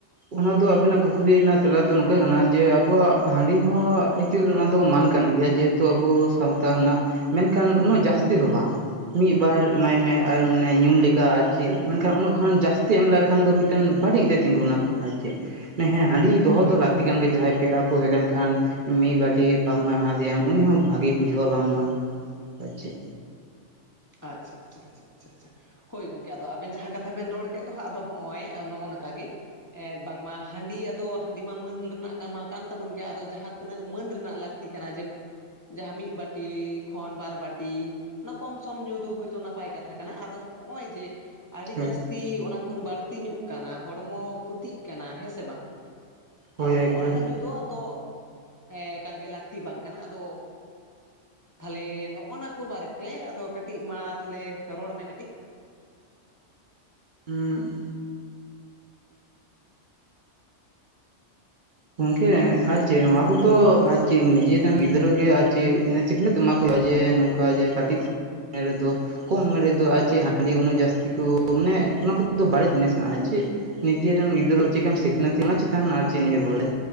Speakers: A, on the right; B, on the left.
A: ᱚᱱᱟ ᱫᱚ ᱟᱵᱤᱱᱟᱜ ᱠᱩᱠᱞᱤ ᱨᱮᱱᱟᱜ ᱛᱮᱞᱟ ᱫᱚ ᱱᱚᱝᱠᱟ ᱠᱟᱱᱟ ᱡᱮ ᱟᱵᱚᱣᱟᱜ ᱦᱟᱺᱰᱤ ᱦᱚᱸ ᱠᱤᱪᱷᱩ ᱨᱮᱦᱚ ᱫᱚ ᱢᱟᱹᱱ ᱠᱟᱱ ᱜᱮᱭᱟ ᱡᱮᱦᱮᱛᱩ ᱟᱵᱚ ᱥᱟᱱᱛ ᱨᱮᱱᱟᱜ ᱢᱮᱱᱠᱷᱟᱱ ᱩᱱᱟᱹᱜ ᱡᱟᱹᱥᱛᱤ ᱦᱚᱸ ᱵᱟᱝ ᱢᱤᱫᱵᱟᱨ ᱮᱢᱟᱭ ᱢᱮ
B: ᱟᱪᱪᱷᱟ
A: ᱟᱨ
B: ᱟᱪᱪᱷᱟ
A: ᱢᱟᱱᱮ ᱧᱩᱢ ᱞᱮᱠᱟ ᱟᱨ ᱪᱮᱫ ᱢᱮᱱᱠᱷᱟᱱ ᱩᱱᱟᱹᱜ ᱠᱷᱚᱱ ᱡᱟᱹᱥᱛᱤ ᱮᱢ ᱞᱮᱟᱭᱠᱷᱟᱱ ᱫᱚ ᱢᱤᱫ ᱴᱟᱝ ᱵᱟᱹᱲᱤᱡ ᱨᱮ ᱛᱤᱸᱜᱩᱱᱟ ᱟᱨ ᱪᱮᱫ ᱦᱮᱸ ᱦᱟᱸᱰᱤ ᱫᱚᱦᱚ
B: ᱦᱳᱭ
A: ᱫᱚ
B: ᱜᱚᱢᱠᱮ
A: ᱞᱟᱹᱠᱛᱤ ᱠᱟᱱ ᱜᱮᱭᱟ ᱯᱮᱨᱟ ᱠᱚ ᱦᱮᱡ ᱞᱮᱱᱠᱷᱟᱱ ᱢᱤᱫ ᱵᱟᱴᱤ ᱵᱟᱝᱢᱟ ᱮᱢᱟ ᱫᱮᱭᱟᱢ ᱩᱱᱤ ᱦᱚᱸ ᱵᱷᱟᱜᱮ ᱵᱩᱡᱷᱟᱹᱣ ᱵᱟᱝᱢᱟ᱾ ᱟᱨ ᱪᱮᱫ
B: ᱟᱪᱪᱷᱟ ᱪᱷᱟ ᱪᱷᱟ ᱪᱷᱟ᱾ ᱟᱪᱪᱷᱟ ᱦᱳᱭ ᱜᱚᱝᱠᱮ ᱟᱫᱚ ᱟᱵᱮᱱ ᱡᱟᱦᱟᱸ ᱠᱟᱛᱷᱟ ᱵᱮᱱ ᱨᱚᱲ ᱠᱮᱫ ᱫᱚ ᱦᱟᱸᱜ ᱟᱫᱚ ᱦᱚᱸᱜᱼᱚᱭ ᱱᱚᱜᱼᱚ ᱱᱚᱝᱠᱟ ᱜᱮ ᱮᱸ ᱵᱟᱝᱢᱟ ᱦᱟᱺᱰᱤ ᱟᱫᱚ ᱦᱟᱺᱰᱤ ᱢᱟ ᱢᱟᱹᱱ ᱨᱮᱱᱟᱜ ᱠᱟᱢ ᱠᱟᱱ ᱛᱟᱵᱚᱱ ᱜᱮᱭᱟ ᱟᱫᱚ ᱡᱟᱦᱟᱸ ᱛᱤᱱᱟᱹᱜ ᱢᱟᱹᱱ ᱨᱮᱱᱟᱜ ᱞᱟᱠ ᱞᱟᱹᱠᱛᱤ ᱠᱟᱱᱟ ᱡᱮ ᱡᱟᱦᱟᱸ ᱢᱤᱫ ᱵᱟᱴᱤ ᱠᱷᱚᱱ ᱵᱟᱨ ᱵᱟᱴᱤ ᱚᱱᱟ ᱠᱚᱢ ᱠᱚᱢ ᱧᱩ ᱫᱚ ᱦᱭᱛᱳ ᱱᱟᱯᱟᱭ ᱠᱟᱛᱷᱟ ᱠᱟᱱᱟ, ᱟᱫᱚ ᱱᱚᱜᱚᱭ ᱡᱮ ᱟᱹᱰᱤ
A: ᱦᱳᱭ
B: ᱡᱟᱹᱥᱛᱤ ᱠᱷᱚᱱ ᱵᱟᱹᱲᱛᱤ ᱧᱩᱜ ᱠᱟᱱᱟ ᱦᱚᱲᱢᱚ ᱠᱷᱩᱚᱛᱤᱜ ᱠᱟᱱᱟ ᱦᱮᱸᱥᱮ ᱵᱟᱝ?
A: ᱦᱳᱭ
B: ᱟᱫᱚ ᱦᱚᱜ-ᱠᱟ
A: ᱮᱠᱵᱟᱨᱮ
B: ᱧᱩ ᱧᱩ ᱟᱫᱚ ᱮᱠᱟᱞ ᱜᱮ ᱞᱟᱹᱠᱛᱤ ᱵᱟᱝ ᱠᱟᱱᱟ, ᱟᱫᱚ ᱛᱷᱟᱞᱮ ᱱᱚᱜ-ᱚ ᱱᱟ ᱠᱚ ᱵᱟᱨᱮᱛᱮ ᱟᱫᱚ ᱠᱟᱹᱴᱤᱡ ᱢᱟ ᱛᱷᱟᱞᱮ ᱨᱚᱲ ᱢᱮ ᱠᱟᱹᱴᱤᱡ
A: ᱩᱸᱜ ᱜᱚᱝᱠᱮ ᱟᱨ ᱪᱮᱫ ᱱᱚᱣᱟ ᱠᱚᱫᱚ ᱟᱨ ᱪᱮᱫ ᱱᱤᱡᱮᱨᱮᱱ ᱜᱤᱫᱽᱨᱟᱹᱜ ᱜᱮ ᱟᱨ ᱪᱮᱫ ᱥᱤᱠᱷᱱᱟᱹᱛ ᱮᱢᱟ ᱠᱚ ᱦᱩᱭᱩᱜ-ᱟ ᱡᱮ ᱱᱚᱝᱠᱟ ᱡᱮ <inaudible> ᱨᱮᱫᱚ ᱠᱚᱢ ᱩᱢᱮᱨ ᱨᱮᱫᱚ ᱟᱨ ᱪᱮᱫ ᱦᱟᱺᱰᱤ ᱩᱱᱟᱹᱜ ᱡᱟᱹᱥᱛᱤ ᱠᱚ ᱢᱟᱱᱮ ᱚᱱᱟ ᱠᱚ ᱵᱟᱹᱲᱤᱡ ᱡᱤᱱᱤᱥ ᱠᱟᱱᱟ, ᱟᱨ ᱪᱮᱫ ᱱᱤᱡᱮᱨᱨᱮᱱ ᱜᱤᱫᱽᱨᱟᱹ ᱪᱮᱫᱮᱢ ᱥᱤᱠᱷᱱᱟᱹᱛ ᱠᱟᱱᱟ ᱪᱮᱛᱟᱱ ᱟᱨ ᱪᱮᱫ ᱱᱤᱨᱵᱷᱚᱨᱮ